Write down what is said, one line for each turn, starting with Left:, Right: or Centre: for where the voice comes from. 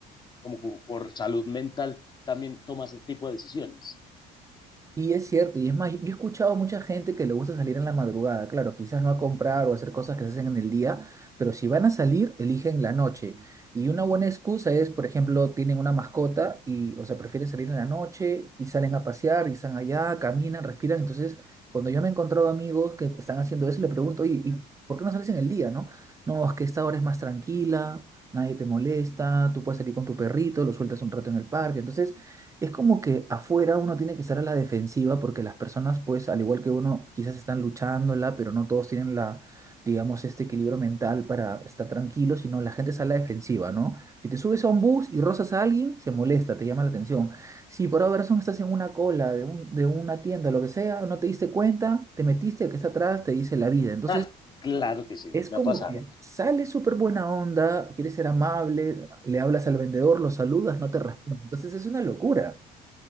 Left: como por salud mental también toma ese tipo de decisiones.
Right: Y es cierto, y es más, yo yo he escuchado a mucha gente que le gusta salir en la madrugada, claro, quizás no a comprar o a hacer cosas que se hacen en el día, pero si van a salir, eligen la noche. Y una buena excusa es, por ejemplo, tienen una mascota y, o sea, prefieren salir en la noche y salen a pasear y están allá, caminan, respiran. Entonces, cuando yo me he encontrado amigos que están haciendo eso, le pregunto, oye, ¿y por qué no sales en el día, no? No, es que esta hora es más tranquila, nadie te molesta, tú puedes salir con tu perrito, lo sueltas un rato en el parque. Entonces... Es como que afuera uno tiene que estar a la defensiva porque las personas, pues, al igual que uno, quizás están luchándola, pero no todos tienen la, digamos, este equilibrio mental para estar tranquilos, sino la gente está a la defensiva, ¿no? Si te subes a un bus y rozas a alguien, se molesta, te llama la atención. Si por alguna razón estás en una cola de, un- de una tienda, lo que sea, no te diste cuenta, te metiste, el que está atrás te dice la vida. Entonces,
Left: Ah, claro que sí,
Right: es
Left: me
Right: como
Left: ha pasado.
Right: que sale súper buena onda, quieres ser amable, le hablas al vendedor, lo saludas, no te responde. Entonces, es una locura.